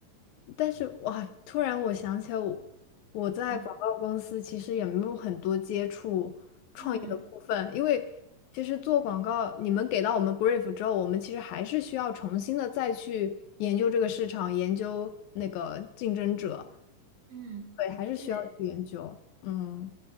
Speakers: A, on the left; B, on the right.
A: 但是哇，突然我想起来我，我在广告公司其实也没有很多接触创业的部分，
B: 嗯嗯
A: 因为其实做广告，你们给到我们 brief 之后，我们其实还是需要重新的再去研究这个市场，研究那个竞争者，
B: 嗯，
A: 对，还是需要去研究。
B: 对。
A: 嗯，